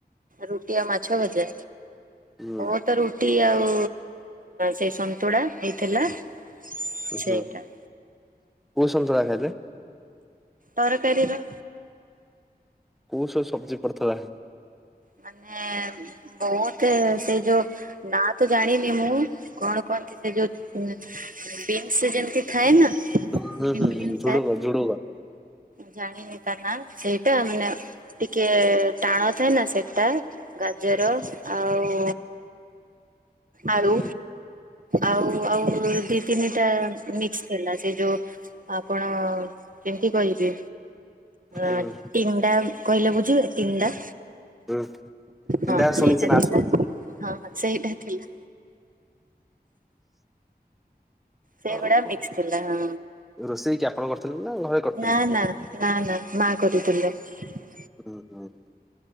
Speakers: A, on the right (about 55°); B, in the centre.
A: ରୁଟି ଆଉ ମାଛ ଭଜା
B: ହୁଁ
A: ଓ ତ ରୁଟି ଆଉ ସେ ସନ୍ତୁଳା ହେଇଥିଲା ସେଇଟା
B: ହୁଁ କୋଉ ସନ୍ତୁଳା ଖାଇଲେ
A: ତର କରୀର
B: କୋଉ ସବୁ ସବଜି ପଡିଥିଲା
A: ମାନେ ବହୁତ ସେ ଯୋଉ ନା ତ ଜାଣିନି ମୁଁ କଣ କହନ୍ତି ସେ ଯୋଉ ବିନ୍ସ ଯେମିତି ଥାଏ ନା
B: ହଁ ହୁଁ
A: ଗ୍ରୀନ୍
B: ହୁଁ
A: ଗ୍ରୀନ୍
B: ହୁଁ
A: ଥାଏ
B: ଝୁଡୁଗ ଝୁଡୁଗ
A: ଜାଣିନି ତା ନା ସେଇଟା ମାନେ ଟିକେ ଟାଣ ଥାଏ ନା ସେଟା ଗାଜର ଆଉ ଆଳୁ
B: ହୁଁ
A: ଆଉ ଆଉ ତିନିଟା ମିକ୍ସ ଥିଲା ସେ ଯୋଉ ଆପଣ କେମିତି କଇଜି
B: ହୁଁ
A: ଆଟି ଗୁଣ୍ଡା କହିଲେ ବୁଝିବେ ତିନିଟା
B: ହୁଁ ତିନିଟା
A: ହଁ
B: ଶୁଣିଛି
A: ସେଇଟା
B: ନା
A: ଥିଲା
B: ଶୁଣିଛି।
A: ହଁ ହଁ ସେଇଟା ଥିଲା ସେଇଗୁଡ଼ା
B: ଓହୋ
A: ମିକ୍ସ ଥିଲା ହ
B: ରୋଷେଇ କି ଆପଣ କରିଥିଲେ ନା ଘରେ କରିଥିଲେ?
A: ନା ନା ନା ନା ମା କରି ଥିଲେ ହ
B: ହୁଁ ହୁଁ ହ